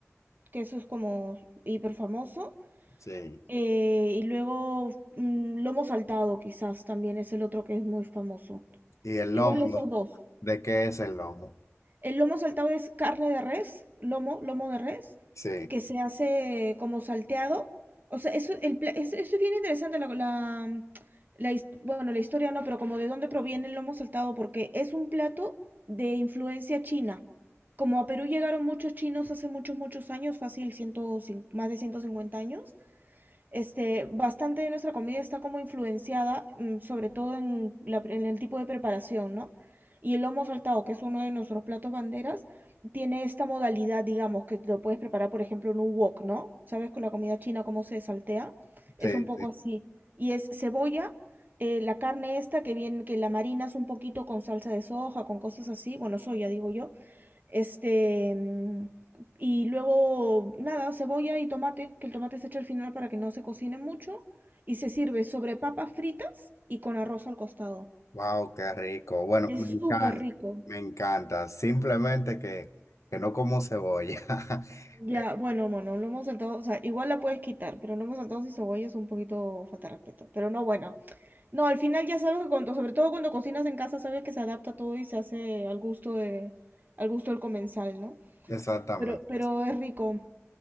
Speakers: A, on the right; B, on the left.
A: que eso es como hiper famoso.
B: Sí.
A: eh, y luego mm, lomo saltado, quizás también es el otro que es muy famoso.
B: ¿Y el
A: Igual
B: lomo?
A: esos dos.
B: ¿De qué es el lomo?
A: El lomo saltado es carne de res, lomo, lomo de res,
B: Sí,
A: que se hace como salteado. O sea, eso, el, pla- es- eso es bien interesante, la, la, la his- bueno, la historia no, pero como de dónde proviene el lomo saltado, porque es un plato de influencia china. Como a Perú llegaron muchos chinos hace muchos, muchos años, fácil, 150 más de 150 años, este, bastante de nuestra comida está como influenciada, mm, sobre todo en, la- en el tipo de preparación, ¿no? Y el lomo saltado, que es uno de nuestros platos banderas, tiene esta modalidad, digamos, que lo puedes preparar, por ejemplo, en un wok, ¿no? ¿Sabes con la comida china cómo se saltea? Es
B: sí,
A: un poco
B: sí.
A: así. Y es cebolla, eh, la carne esta que viene, que la marinas un poquito con salsa de soja, con cosas así, bueno, soya, digo yo este, mm, y luego, nada, cebolla y tomate, que el tomate se echa al final para que no se cocine mucho. Y se sirve sobre papas fritas y con arroz al costado.
B: Wow, qué rico. Bueno,
A: Es
B: me encanta,
A: súper rico.
B: me encanta. Simplemente que, que no como cebolla. <laughs>
A: Ya,
B: Eh,
A: bueno, bueno, un lomo saltado, o sea, igual la puedes quitar, pero lomo saltado sin cebolla es un poquito falta de respeto. Pero no, bueno. No, al final ya sabes que cuando, sobre todo cuando cocinas en casa, sabes que se adapta todo y se hace al gusto de, al gusto del comensal, ¿no?
B: Exactamente.
A: Pero, pero es rico,